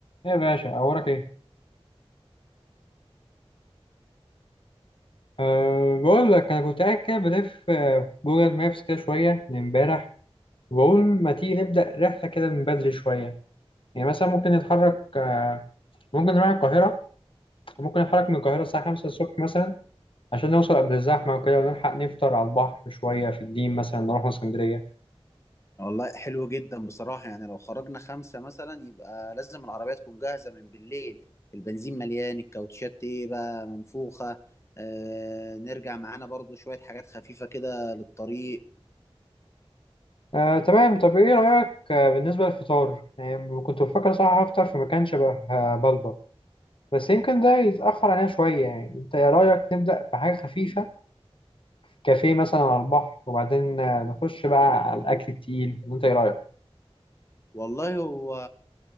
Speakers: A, on the left (about 55°); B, on the left (about 25°).
A: يا باشا أخبارك إيه؟ أه بقول لك أنا كنت قاعد كده بلف آه، في جوجل مابس كده شوية من إمبارح وبقول ما تيجي نبدأ رحلة كده من بدري شوية يعني مثلا ممكن نتحرك آه، ممكن نروح القاهرة وممكن نتحرك من القاهرة الساعة 5 الصبح مثلا عشان نوصل قبل الزحمة وكده ونلحق نفطر على البحر شوية في الدين مثلا نروح اسكندرية
B: والله حلو جدا بصراحة يعني لو خرجنا خمسة مثلا يبقى لازم العربية تكون جاهزة من بالليل البنزين مليان الكاوتشات ايه بقى منفوخة آه نرجع معانا برضو شوية حاجات خفيفة كده للطريق
A: أه تمام طب إيه رأيك آه، بالنسبة للفطار؟ يعني كنت بفكر صراحة أفطر في مكان شبه آه، بلبر بس يمكن ده يتأخر علينا شوية يعني أنت إيه رأيك نبدأ بحاجة خفيفة كافيه مثلا على البحر وبعدين آه، نخش بقى على الاكل التقيل وانت ايه رايك
B: والله هو